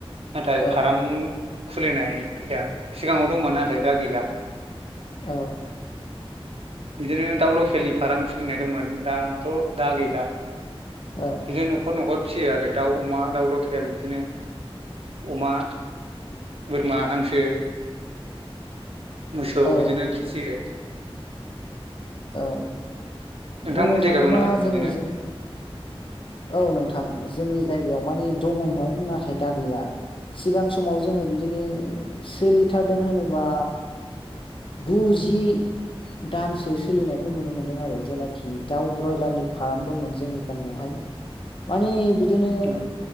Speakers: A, on the right; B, on the left.
A: नाथाय
B: औ
A: फार्म खुलिनाय गैया सिगाङाव दंमोन नाथाय दा गैला।
B: औ
A: बिदिनो दाउ लकेलनि फार्म खुलिनाय दंमोन दाथ' दा गैला
B: औ
A: बिदिनो न'खर न'खर फिसियो आरो दाउ अमा दाउ लकेल बिदिनो अमा बोरमा हांसो मोसौ
B: औ
A: बिदिनो फिसियो
B: औ
A: नोंथांमोननि
B: बुंनो
A: जायगायाव
B: थांङोबा
A: दं नामा
B: जोंनि
A: बिदिनो
B: औ नोंथां जोंनि जायगायाव मानि दंङमोन नाथाय दा गैला सिगां समाव जोंङो बिदिनो सोलिथारदों होनोबा गुजि दानसो सोलिनायखौ नुनो मोनदों आरो जेनाखि दाउ ब्रयलारनि फार्म दंमोन जोंनि गामियावहाय मानने बिदिनो
A: औ